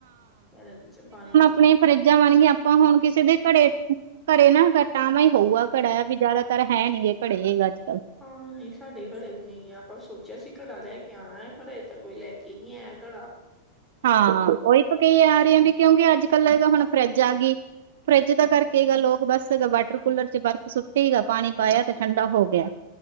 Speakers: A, in the centre; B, on the right.
A: ਘੜੇ ਵਿਚ ਪਾਣੀ ਰ
B: ਆਪਣੀਆਂ ਫਰਿੱਜਾਂ ਬਣਗੀਆਂ ਆਪਾਂ ਹੁਣ ਕਿਸੇ ਦੇ ਘਰੇ ਘੜੇ ਨਾ ਟਵਾਂ ਹੋਊਗਾ ਘੜਾ ਵੀ ਜਾਦਾ ਤਾ ਹੈ ਨੀ ਗੇ ਘੜੇ ਅੱਜ ਕੱਲ੍ਹ
A: ਹਾਂ ਨਈ ਸਾਡੇ ਘਰੇ ਵੀ ਨਈ ਆ ਆਪਾਂ ਸੋਚਿਆ ਸੀ ਘੜਾ ਲੈ ਕੇ ਆਣਾ ਏ ਪਰ ਏ ਤਾਂ ਕੋਈ ਲੈ ਕੇ ਨਈ ਆਇਆ ਘੜਾ
B: ਹਾਂ ਉਹੀ ਕਈ ਆ ਰਈ ਐ ਵੀ ਕਿਉਂਕਿ ਅੱਜ ਕੱਲ ਹੁਣ ਫਰਿੱਜ ਆ ਗਈ। ਫਰਿੱਜ ਦਾ ਕਰਕੇ ਗੱਲ ਲੋਕ ਬਸ ਵਾਟਰ ਕੂਲਰ 'ਚ ਬਰਫ਼ ਸੁੱਟੀ ਗਾ ਪਾਣੀ ਪਾਇਆ ਤੇ ਠੰਡਾ ਹੋ ਗਿਆ।